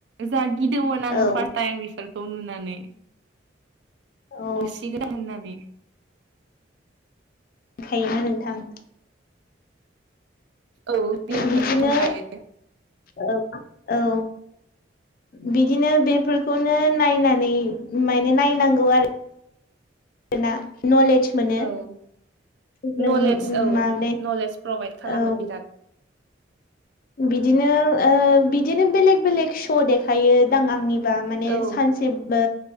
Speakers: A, on the right; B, on the left.
A: जा गिदोंमोन आङो
B: औ
A: फार्स्ट टाइम बिफोर खौ नुनानै
B: औ
A: अरसिगोन होननानै
B: थायोना नोंथां?
A: औ
B: बिदिनो
A: मोनखायो
B: औ औ
A: <inaudible>
B: बिदिनो बेफोरखौनो नायनानै माने नायनांगौ आरो ना न'लेज मोनो
A: औ
B: जों
A: नलेज
B: <unintelligible>
A: औ
B: माने
A: नलेज प्रभाइद खालामो
B: औ
A: बिराद
B: बिदिनो बिदिनो बेलेक बेलेग श' देखायो दां आंनि बा माने
A: औ
B: सानसे बो